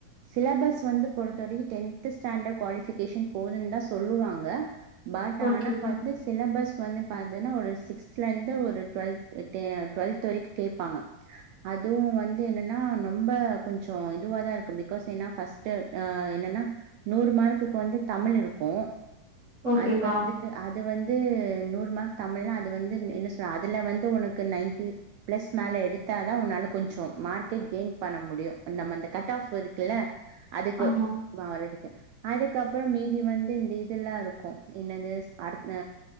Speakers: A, on the right; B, on the right.
A: சிலபஸ் வந்து பொறுத்த வரைக்கும் டென்த் ஸ்டாண்டர் குவாலிஃபிகேஷன் போதுன்னு தான் சொல்லுவாங்க பட்
B: ஓகேக்கா
A: ஆனா வந்து சிலபஸ் வந்து பாத்தன்னா ஒரு சிக்ஸ்துல இருந்து ஒரு டுவெல்த் டெ டுவெல்த் வரைக்கும் கேட்பாங்க அதுவும் வந்து என்னன்னா நு ரொம்ப கொஞ்சம் இதுவாதான் இருக்கு பிக்காஸ் என்னா ஃபஸ்ட்டு ஆஹ் என்னன்னா நூறு மார்க்கு க்கு வந்து தமிழ் இருக்கும்
B: ஓகேக்கா
A: அது வந்து அது வந்து நூறு மார்க் தமிழ்னா அது வந்து என்ன சொல்ற அதுலா வந்து உனக்கு நைன்டி பிளஸ் மேல எடுத்தாதான் உன்னால கொஞ்சம் மார்க்கு கெயின் பண்ண முடியும் நம்ம அந்த கட் ஆப் இருக்குல்லா அதுக்கு
B: ஆமா
A: வாரதுக்கு அதுக்கப்புறம் மீதி வந்து இந்த இதுல்லாம் இருக்கும் என்னது ஸ் அடுத்த